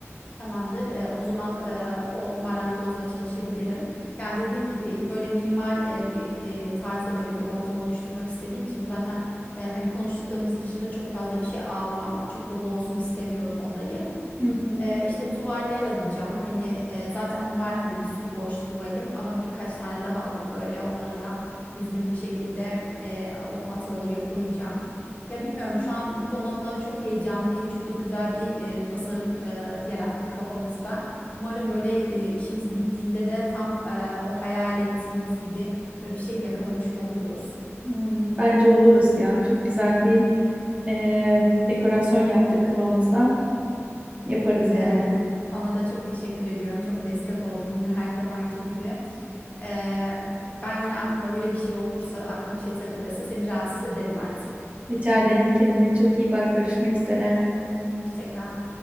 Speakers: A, on the left; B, on the right.
A: tamamdır. Ee, o zaman e, o marangozla çalışabilirim. Yani dediğim gibi böyle minimal e, bir e, tarzda böyle bir ortam oluşturmak istediğim için zaten e, hani konuştuklarımız dışında çok fazla bir şey almam. Çok da boğulsun istemiyorum odayı.
B: Hı hı.
A: Ee, işte tuvaller alacağım. Hani e, zaten var hani bir sürü boş tuvalim ama birkaç tane daha alıp böyle onları da düzgün bir şekilde e, o atölyeye koyacağım. Ya bilmiyorum şu an bu konuda çok heyecanlıyım. Çok da güzel bir e, tasarım e, yarattık kafamızda. Umarım böyle e, işimiz bittiğinde de tam e, o hayal ettiğimiz gibi böyle bir şey yakalamış oluruz.
B: Aynen. Bence oluruz ya. Çok güzel bir e, dekorasyon yaptık kafamızda. Yaparız
A: Ee,
B: yani.
A: sana da çok teşekkür ediyorum. Çok destek oldun yine her zamanki gibi. Ee, ben yine aklımda böyle bir şey olursa, aklıma bir şey takılırsa seni rahatsız ederim artık.
B: Rica ederim kendine çok iyi bak. Görüşmek üzere.
A: Hoşça kal.